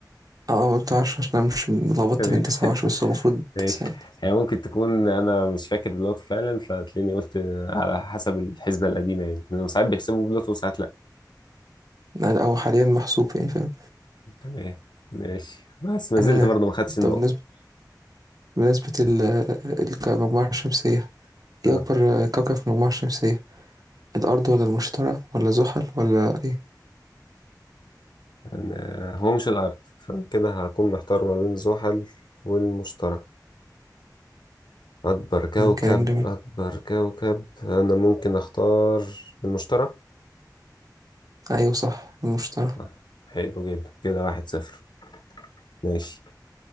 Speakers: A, on the right; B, on the left.
A: اه أنا قلت عشرة عشان أنا مش لخبطت
B: تمام
A: بين تسعة
B: <laughs>
A: وعشرة بس هو المفروض
B: ماشي
A: تسعة يعني
B: هي ممكن تكون انا مش فاكر بلوتو فعلا فتلاقيني قلت على حسب الحسبة القديمة يعني لأنه ساعات بيحسبوا بلوتو وساعات لا
A: لا، هو حاليا محسوب يعني فاهم
B: تمام ماشي بس ما
A: آه
B: زلت برضه ما خدتش النقطة
A: طب بالنسبة بالنسبة ال- الك- المجموعة الشمسية
B: اه
A: ايه أكبر كوكب في المجموعة الشمسية الأرض ولا المشتري ولا زحل ولا ايه
B: أنا- هو مش الارض فكده هكون محتار ما بين زحل والمشتري أكبر كوكب
A: كلام جميل
B: أكبر كوكب أنا ممكن أختار المشتري
A: أيوه صح المشتري
B: طيب حلو جدا كده واحد صفر ماشي